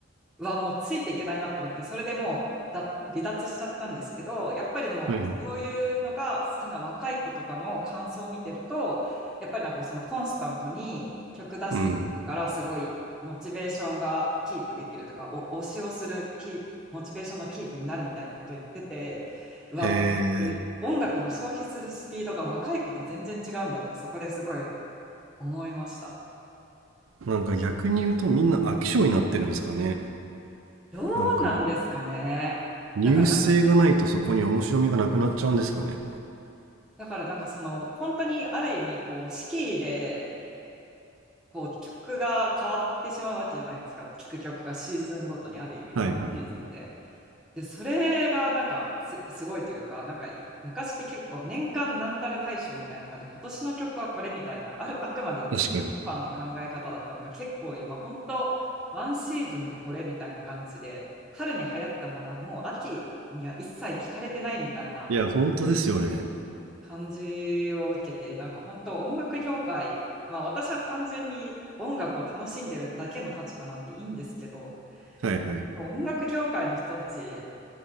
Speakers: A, in the centre; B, on the right.
A: はもうついていけないなって思って、それでもうだ離脱しちゃったんですけど、やっぱりでもそういうのが好きな若い子とかの感想を見てると、
B: はい。
A: やっぱりなんかそのコンスタントに曲出してくるから、
B: うん。
A: すごいモチベーションがキープできるとか、お推しをするキープモチベーションのキープになるみたいなこと言ってて、うわ、
B: へえ。
A: もう音楽の消費するスピードが若い子と全然違うんだって、そこですごい思いました。
B: なんか逆に言うとみんな飽き性になってるんですかね。
A: どうなんですかね。
B: なんか、ニュース性がないとそこに面白みがなくなっちゃうんですかね。
A: だからだからなんかその、本当にある意味、こう、四季で、こう、曲が変わってしまうわけじゃないですか。聴く曲がシーズンごとにある意味、
B: はいはい。
A: ワンシーズンで。で、それがなんかす、すごいというか、なんかい、昔って結構年間なんたら大賞みたいな感じで、今年の曲はこれみたいな、ある、あくまで一年間の考え方だったのが、
B: 確かに。
A: 結構今、本当ワンシーズンでこれみたいな感じで、春に流行ったものはもう秋には一切聞かれてないみたいな、
B: いや、本当ですよね。
A: 感じを受けて、なんか本当音楽業界、まあ私は単純に音楽を楽しんでるだけの立場なんでいいんですけど、
B: はいはい。
A: 音楽業界の人たち、